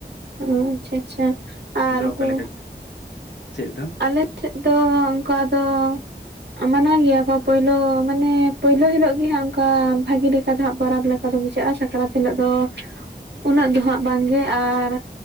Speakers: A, on the right; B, on the left.
A: ᱚᱸ ᱪᱷᱟ ᱪᱷᱟ ᱟᱨ ᱩᱱᱠᱩ
B: ᱚᱠᱟ ᱞᱮᱠᱟ ᱪᱮᱫ ᱫᱚ?
A: ᱟᱞᱮ ᱴᱷᱮᱫ ᱫᱚ ᱚᱝᱠᱟ ᱫᱚ ᱢᱟᱱᱟᱣ ᱜᱮᱭᱟ ᱠᱚ ᱯᱳᱭᱞᱳ ᱢᱟᱱᱮ ᱯᱳᱭᱞᱳ ᱦᱤᱞᱳᱜ ᱜᱮ ᱦᱟᱸᱜ ᱚᱱᱠᱟ ᱵᱷᱟᱜᱮ ᱞᱮᱠᱟ ᱫᱚ ᱦᱟᱸᱜ ᱯᱟᱨᱟᱵᱽ ᱞᱮ ᱠᱟᱡᱚ ᱵᱩᱡᱷᱟᱹᱜᱼᱟ ᱥᱟᱠᱨᱟᱛ ᱦᱤᱞᱚᱜ ᱫᱚ ᱾ ᱩᱱᱟᱹᱜ ᱫᱚ ᱦᱟᱸᱜ ᱵᱟᱝ ᱜᱮ ᱟᱨ